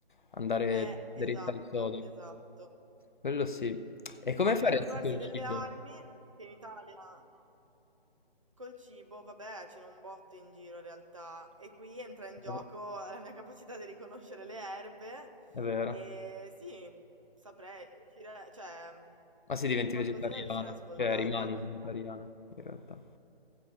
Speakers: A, on the left; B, on the right.
A: andare
B: Eh,
A: dritto
B: esatto,
A: al sodo.
B: esatto.
A: Quello sì. E come
B: Ok,
A: faresti
B: procurarsi
A: con il
B: delle
A: cibo?
B: armi, che in Italia... Col cibo, vabbè, ce n'è un botto in giro in realtà e qui entra in gioco
A: È
B: la mia capacità di riconoscere le erbe
A: vero.
B: e sì, saprei, riuscire- cioè
A: Ma se diventi
B: qualcosina
A: vegetariana,
B: riuscirei a svoltarla
A: cioè rimani
B: in realtà.
A: vegetariana in realtà.